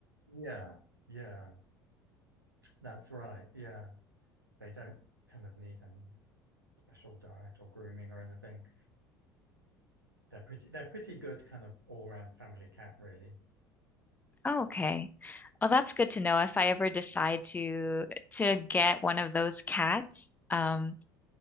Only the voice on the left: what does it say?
Oh, okay. Well, that's good to know if I ever decide to to get one of those cats. Um,